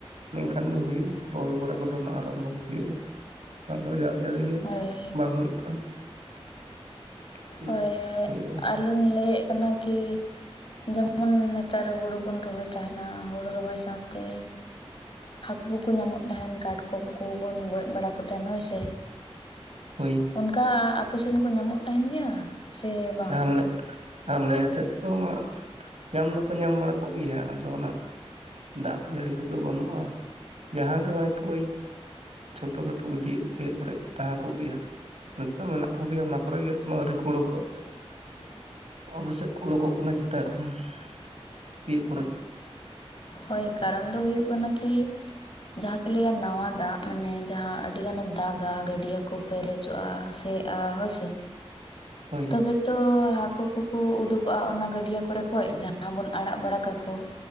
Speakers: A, on the right (about 85°); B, on the left (about 55°).
A: ᱞᱮᱱᱠᱷᱟᱱ ᱜᱮ ᱦᱩᱭᱩᱜᱼᱟ ᱨᱚᱦᱚᱭ ᱵᱟᱲᱟ ᱠᱚᱫᱚ ᱱᱟᱜ ᱟᱨᱟᱢᱵᱷᱚ ᱠᱚ ᱦᱩᱭᱩᱜᱼᱟ ᱟᱫᱚ ᱫᱟᱜ ᱡᱟᱹᱲᱤ ᱜᱮ
B: ᱦᱳᱭ
A: ᱵᱟᱝ ᱦᱩᱭᱩᱜ ᱠᱟᱱ᱾ ᱛᱤᱱᱟᱹᱜ
B: ᱦᱳᱭ,
A: ᱦᱩᱭᱩᱜᱼᱟ
B: ᱟᱹᱞᱤᱧ ᱞᱟᱹᱭᱮᱫ ᱠᱟᱱᱟ ᱠᱤ ᱡᱮᱢᱚᱱ ᱱᱮᱛᱟᱨ ᱦᱩᱲᱩ ᱵᱚᱱ ᱨᱚᱦᱚᱭ ᱛᱟᱦᱮᱱᱟ ᱦᱩᱲᱩ ᱨᱚᱦᱚᱭ ᱥᱟᱶᱛᱮ ᱦᱟᱹᱠᱩ ᱠᱚᱠᱚ ᱧᱟᱢᱚᱜ ᱛᱟᱦᱮᱱ ᱠᱟᱴᱠᱚᱢ ᱠᱚᱵᱚᱱ ᱜᱚᱡ ᱵᱟᱲᱟ ᱠᱚ ᱛᱟᱦᱮᱸᱱ ᱦᱳᱭ ᱥᱮ᱾
A: ᱦᱳᱭ
B: ᱚᱱᱠᱟ ᱟᱯᱮ ᱥᱮᱱ ᱠᱚ ᱧᱟᱢᱚᱜ ᱛᱟᱦᱮᱱ ᱜᱮᱭᱟ? ᱥᱮ ᱵᱟᱝ
A: ᱟᱞᱮ ᱟᱞᱮ ᱥᱮᱫ ᱫᱚ <unintelligible> ᱧᱟᱢ ᱫᱚᱠᱚ ᱧᱟᱢ ᱵᱟᱲᱟ ᱠᱚᱜᱮᱭᱟ ᱟᱫᱚ ᱚᱱᱟ, ᱫᱟᱜ ᱡᱟᱹᱲᱤ ᱠᱚᱜᱮ ᱵᱟᱹᱱᱩᱜᱼᱟ, ᱡᱟᱸᱦᱟᱸ ᱜᱮ ᱦᱚᱭᱛᱳ ᱪᱷᱳᱴᱳ ᱠᱷᱟᱴᱳ ᱜᱟᱹᱰᱤᱭᱟᱹ ᱜᱟᱹᱰᱭᱟᱹᱜ ᱠᱚᱨᱮ ᱠᱚ ᱛᱟᱦᱮᱸ ᱠᱚᱜ ᱜᱮᱭᱟ᱾ ᱱᱤᱛᱚᱜ ᱢᱮᱱᱟᱜ ᱠᱚᱜᱮᱭᱟ ᱚᱱᱟ ᱠᱚᱨᱮ ᱜᱮ ᱮᱠᱷᱚᱱᱳ ᱟᱹᱣᱨᱤ ᱠᱩ ᱩᱲᱩᱜ ᱚᱜ-ᱟ᱾ ᱟᱞᱮ ᱥᱮᱫ ᱠᱚ ᱚᱰᱚᱜᱚᱜ ᱠᱟᱱᱟ ᱪᱮᱛᱟᱜ ᱠᱷᱚᱱ, ᱜᱟᱹᱰᱭᱟᱹ ᱠᱚᱨᱮ
B: ᱦᱳᱭ ᱠᱟᱨᱚᱱ ᱫᱚ ᱦᱩᱭᱩᱜ ᱠᱟᱱᱟ ᱠᱤ ᱡᱟᱸᱦᱟᱸ ᱠᱚ ᱞᱟᱹᱭᱟ ᱱᱟᱣᱟ ᱫᱟᱜ ᱢᱟᱱᱮ ᱡᱟᱸᱦᱟᱸ ᱟᱹᱰᱤ ᱜᱟᱱᱮ ᱫᱟᱜᱟ ᱜᱟᱹᱰᱭᱟᱹ ᱠᱚ ᱯᱮᱨᱮᱡᱚᱜᱼᱟ ᱥᱮ ᱦᱳᱭ ᱥᱮ᱾
A: ᱦᱳᱭ
B: ᱛᱚᱵᱮ ᱛᱚ ᱦᱟᱹᱠᱩ ᱠᱚᱠᱚ ᱩᱰᱩᱠᱚᱜᱼᱟ ᱚᱱᱟ ᱜᱟᱹᱰᱭᱟᱹ ᱠᱚᱨᱮ ᱠᱷᱚᱡ ᱡᱟᱸᱦᱟᱸ ᱵᱚᱱ ᱟᱲᱟᱜ ᱵᱟᱲᱟ ᱠᱟᱠᱚ᱾